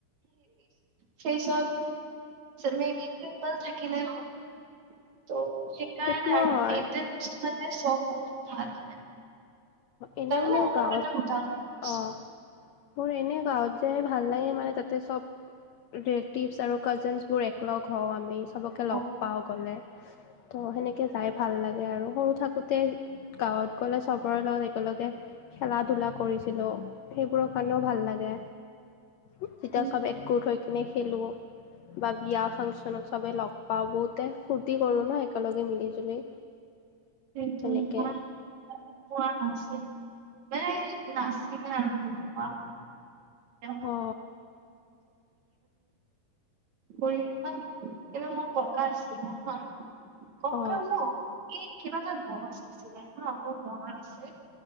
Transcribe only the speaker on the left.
সেইটোও
হয়
এনেই
মোৰ
গাঁৱত
অ', মোৰ এনেই গাঁৱত যায় ভাল লাগে, মানে তাতে সব ৰিলেটিভছ আৰু কাজিনছ বোৰ একলগ হওঁ আমি, সব লগ
পাওঁ গ'লে ত' সেনেকে যাই ভাল লাগে আৰু সৰু থাকোতে গাঁৱত গ'লে সবৰে লগত একেলগে খেলা ধূলা কৰিছিলো। সেইবোৰৰ কাৰণেও ভাল লাগে, যেতিয়া
সব একগোট হৈ কিনে খেলো। বা বিয়া ফাংচনত সবে লগ পাওঁ, বহুতে ফূৰ্তি কৰো ন' একেলগে মিলি জুলি।
সেনেকে
অ
অ